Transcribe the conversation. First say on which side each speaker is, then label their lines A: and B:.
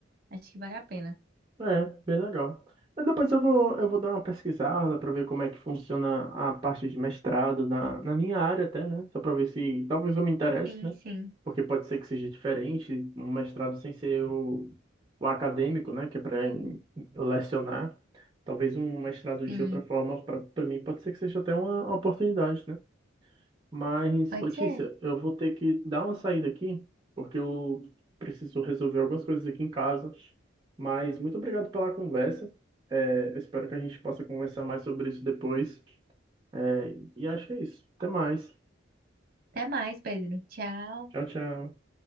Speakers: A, on the right; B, on the right.
A: Acho que vale a pena.
B: É, bem legal. Mas depois eu vou, eu vou dar uma pesquisada para ver como é que funciona a parte de mestrado na, na minha área até, né? Só para ver se talvez eu me interesse,
A: Sim,
B: né?
A: sim,
B: Porque pode ser que seja diferente, um mestrado sem ser o, o acadêmico, né? Que é para lecionar. Talvez um mestrado
A: sim.
B: de outra forma, para mim, pode ser que seja até uma oportunidade, né? Mas,
A: Pode
B: Letícia,
A: ser.
B: eu vou ter que dar uma saída aqui, porque eu preciso resolver algumas coisas aqui em casa. Mas muito obrigado pela conversa. É, eu espero que a gente possa conversar mais sobre isso depois. É, e acho que é isso. Até mais.
A: Até mais, Pedro. Tchau.
B: Tchau, tchau.